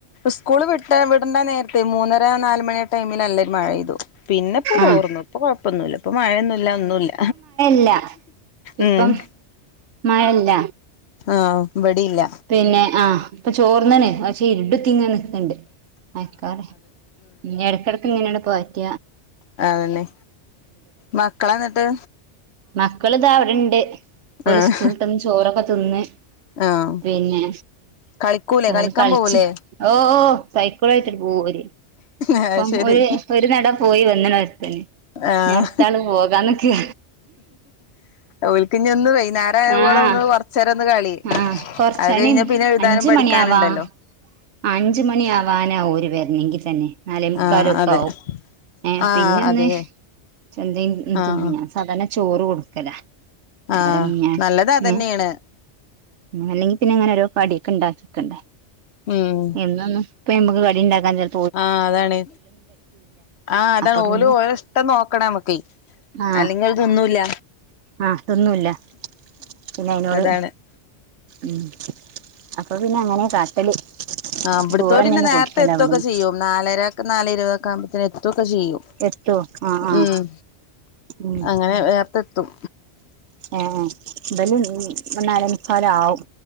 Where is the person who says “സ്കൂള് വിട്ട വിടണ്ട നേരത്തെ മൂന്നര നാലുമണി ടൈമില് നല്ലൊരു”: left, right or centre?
Left